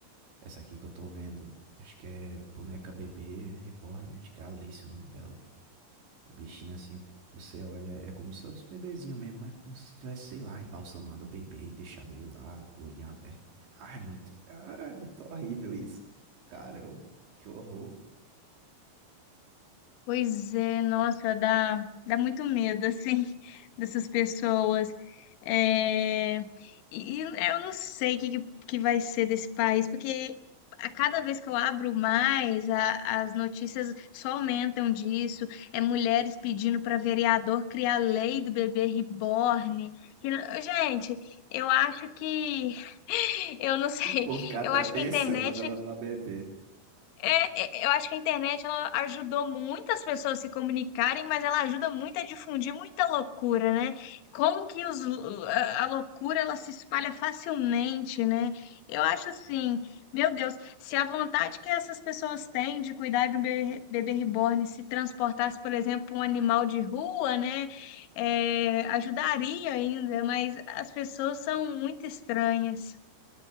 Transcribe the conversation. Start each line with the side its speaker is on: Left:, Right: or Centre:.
Right: essa aqui que eu tô vendo, acho que é boneca bebê reborn, acho que é Alice o nome dela. A bichinha assim, você olha, é como se fosse um bebezinho mesmo, mas é como se tivesse, sei lá, embalsamado o bebê e deixado ele lá, com o olhinho aberto. Ai, muito, ai, muito horrível isso. Caramba, que horror.
Left: Pois é, nossa, dá, dá muito medo, assim, <laughs> dessas pessoas. É, e, e eu não sei o que, que que vai ser desse país, porque a cada vez que eu abro mais, a- as notícias só aumentam disso. É mulheres pedindo para vereador criar lei do bebê reborn. E, gente, eu acho que <laughs> eu não sei.
Right: O povo fica
Left: Eu
Right: até
Left: acho
Right: pensando,
Left: que a internet
Right: tá danado na bebê.
Left: é, é, eu acho que a internet ela ajudou muitas pessoas a se comunicarem, mas ela ajuda muito a difundir muita loucura, né? Como que os, a, a loucura ela se espalha facilmente, né? Eu acho assim, meu Deus, se a vontade que essas pessoas têm de cuidar de um bebê, bebê reborn se transportasse, por exemplo, pra um animal de rua, né? É, ajudaria ainda, mas as pessoas são muito estranhas.